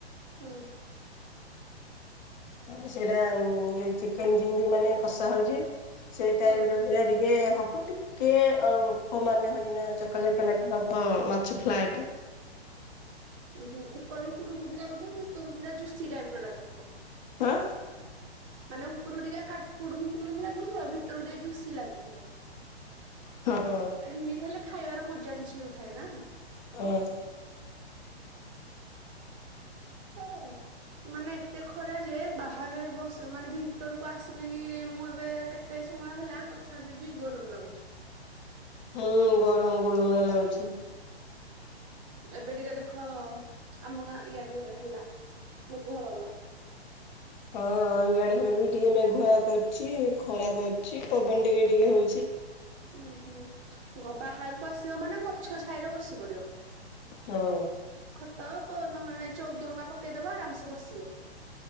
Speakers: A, on the right (about 30°); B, on the left (about 45°).
A: ହୁଁ।
B: ମାନେ ସେଇଟା ଇ ଚିକେନ ଜିନ୍ତି ମାନେ କଷା ହଉଛି। ସେଇ ଟାଇପ
A: ହୁଁ
B: ରେ ଭଳିଆ ଟିକେ ହବ। ଟିକେ ଅମାନିଆ ହୋଇକି ନା ଜକା ଜକି ଲେଖା ହବ ମାଛ ଫ୍ଲାଏଟା। ହ <inaudible>
A: ଉ ହୁ ଉପରୁ କୁଡୁ କୁଡୁ ଲାଗୁଥିବ ଭିତରୁ ପୁରା ଜୁସି ଟାଇପ ର ଲାଗୁଥିବ।
B: ଆଁ।
A: ମାନେ ଉପରକୁ ଟିକେ କୁଡୁମ କୁଡୁମ ଲାଗୁଥିବ ଭିତରକୁ ଟିକେ ଜୁସି ଲାଗୁଥିବ।
B: ହଁ
A: ଏମିତି ହେଲେ ଖାଇବାର ମଜା କିଛି ଉ ଥାଏ ନା।
B: ହଉଁ।
A: ହଁ ଅଁ। ମାନେ ଏତେ ଖରା ଯେ ବାହାରେ ବସି ମାନେ ଭିତରକୁ ଆସିଲିଣି ମୁଁ ଏବେ କେତେ ମୟ ହେଲା ତଥାପି ବି ଗରମ ଲାଗୁଛି।
B: ହୁଁ ଗରମ ଗୁଳୁମୁଳା ଲାଗୁଚି।
A: ଏବେ ଟିକେ ଦେଖ ଆମ ଗାଁ ଇଆଡେ ହେ ହେଲା। ମେଘୁଆ ପାଗ।
B: ହଁ ଇଆଡେ ବି ଟିକେ ମେଘୁଆ କରୁଚି ଖରା କରୁଚି ପବନ ଟିକେ ଟିକେ ହଉଚି।
A: ଉୁଁ ହୁଁ ଗ ବାହାରକୁ ଆସିବ ମାନେ ଗଛ ଛାଇରେ ବସି ପଡିବ।
B: ହଁ
A: ଖଟ ପୋର ନହଲେ ନାଇଁ। ଚୌକି ହକା ପକେଇଦବ ଆରାମସେ ବସିବ।